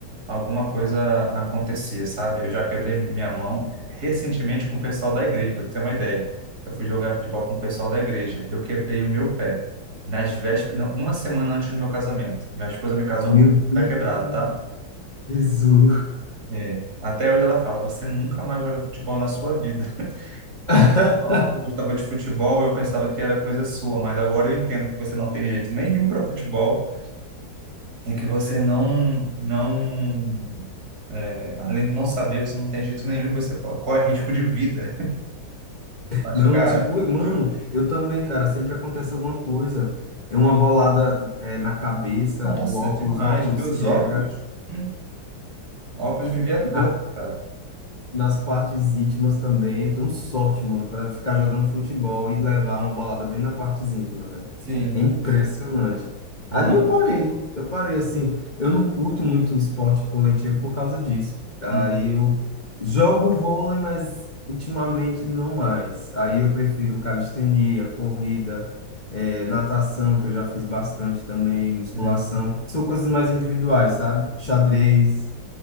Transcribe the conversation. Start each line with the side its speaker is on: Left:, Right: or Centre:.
Right: alguma coisa acontecia, sabe? Eu já quebrei minha mão recentemente com o pessoal da igreja, para tu ter uma ideia. Eu fui jogar futebol com o pessoal da igreja. Eu quebrei o meu pé nas vésperas, não, uma semana antes do meu casamento. Minha esposa me casou
Left: Meu
Right: com o pé
Left: Deus,
Right: quebrado, tá?
Left: Jesus.
Right: É. Até hoje ela fala: você nunca mais joga futebol na sua vida. <laughs>
Left: <laughs>
Right: Quando você falava que gostava de futebol, eu pensava que era coisa sua, mas agora eu entendo que você não tem jeito nenhum para futebol. e que você não, não, é, além de não saber, você não tem jeito nenhum e você po- corre risco de vida. <laughs> Mas,
Left: Não,
Right: cara,
Left: tipo, mano, eu também, cara, sempre acontece alguma coisa. É uma bolada, é, na cabeça,
Right: nossa,
Left: no óculos,
Right: demais.
Left: o Nossa, óculos
Right: Meus
Left: quebra,
Right: óculos, hum, óculos vivia
Left: na
Right: torto, cara.
Left: nas partes íntimas também, eu tenho sorte, mano, para ficar jogando futebol e levar uma bolada bem na partes íntimas, velho.
Right: Sim,
Left: É impressionante.
Right: sim. Mano,
Left: Aí eu parei, eu parei assim. Eu não curto muito esporte coletivo por causa disso. Aí
Right: uhum,
Left: eu jogo vôlei, mas ultimamente não mais. Aí eu prefiro calistenia, corrida, eh, natação, que eu já fiz bastante também, musculação.
Right: uhum.
Left: São coisas mais individuais, sabe? Xadrez,